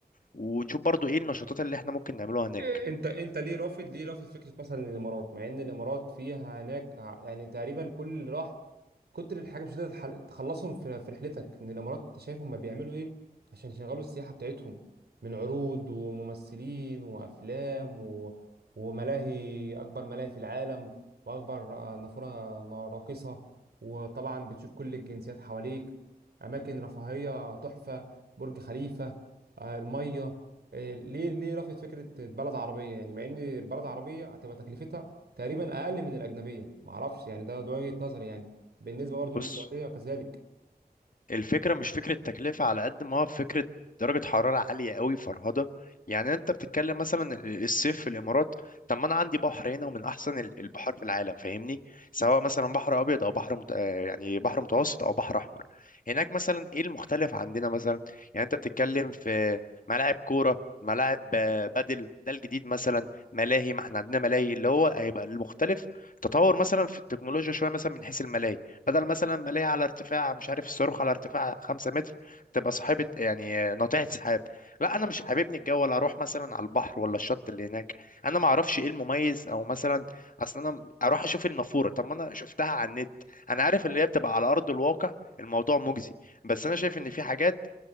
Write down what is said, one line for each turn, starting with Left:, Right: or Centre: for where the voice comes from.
Left: ونشوف برضو ايه النشاطات اللي احنا ممكن نعملوها هناك
Right: انت انت ليه رافض ليه رافض فكره مثلا الامارات مع ان الامارات فيها هناك ع- يعني تقريبا كل اللي راح كتر الحاجه مش هتقدر تحل- تخلصهم في في رحلتك ان الامارات انت شايف هم بيعملوا ايه عشان يشغلوا السياحه بتاعتهم من عروض وممثلين وافلام و... وملاهي اكبر ملاهي في العالم واكبر آه، نافوره راقصه وطبعا بتشوف كل الجنسيات حواليك اماكن رفاهيه تحفه برج خليفه آه، الميه إيه، ليه ليه رفضت فكره بلد عربيه يعني مع ان بلد عربيه هتبقى تكلفتها تقريبا اقل من الاجنبيه ما اعرفش يعني ده ده وجهه نظري يعني بالنسبه برضه
Left: بص
Right: للسعوديه وكذلك
Left: الفكرة مش فكرة تكلفة على قد ما هو فكرة درجة حرارة عالية قوي فرهضة يعني انت بتتكلم مثلا ال- الصيف في الامارات طب ما انا عندي بحر هنا ومن احسن ال- البحار في العالم فاهمني سواء مثلا بحر ابيض او بحر مت... آه، يعني بحر متوسط او بحر احمر هناك مثلا ايه المختلف عندنا مثلا يعني انت بتتكلم في ملاعب كورة ملاعب آه، بدل ده الجديد مثلا ملاهي ما احنا عندنا ملاهي اللي هو هيبقى المختلف تطور مثلا في التكنولوجيا شوية مثلا من حيث الملاهي بدل مثلا ما ليها على ارتفاع مش عارف الصاروخ على ارتفاع 5 متر تبقى صاحبة يعني ناطحة سحاب لا انا مش حاببني الجو ولا اروح مثلا على البحر ولا الشط اللي هناك انا ما اعرفش ايه المميز او مثلا اصلا انا اروح اشوف النافورة طب ما انا شفتها على النت انا عارف ان هي بتبقى على ارض الواقع الموضوع مجزي بس انا شايف ان في حاجات